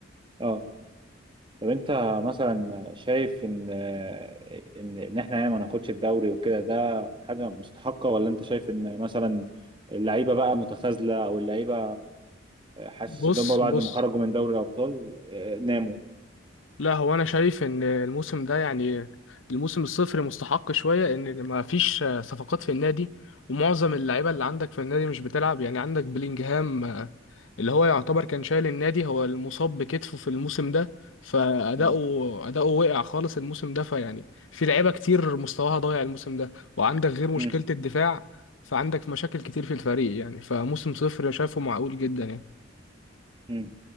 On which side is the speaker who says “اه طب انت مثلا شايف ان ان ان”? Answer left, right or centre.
Right